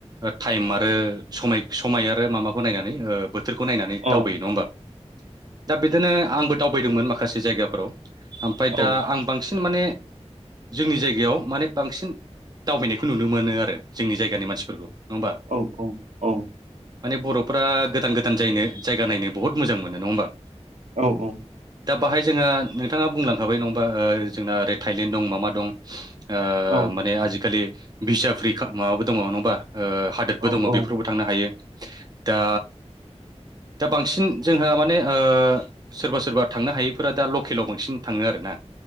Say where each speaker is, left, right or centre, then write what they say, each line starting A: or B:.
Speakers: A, on the right; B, on the right.
A: थाइमा ओ समाय समाय आरो माबाखौ नायनानै ओ बोथोरखौ नायनानै
B: औ
A: दावबायो नङा होमबा दा बिदोनो आंबो दावबायदोंमोन माखासे जायगाफोराव ओमफाय
B: औ
A: दा आं बांसिन माने जोंनि जायगायाव माने बांसिन दावबायनायखौ नुनो मोनो आरो जोंनि जायगानि मानसिफोरखौ न
B: औ औ औ
A: माने बर'फोरा गोदान गोदान जायनो जायगा नायनो बुहुद मोजां मोनो नङा होमबा
B: औ औ
A: दा बाहाय जोंहा नोंथाङा बुंलांखाबाय नङा ओमबा जोंना ओरै थाइलेण्ड दं माबा दं ओ
B: औ
A: माने आजिकालि भिजा फ्रि का माबाबो दङ' नङा होमबा हा दोङ'
B: औ औ
A: बेफोरावबो थांनो हायो दा दा बांसिन जोंहा माने ओ सोरबा सोरबा थांनो हायैफोरा दा लकेलाव बांसिन थाङो आरोना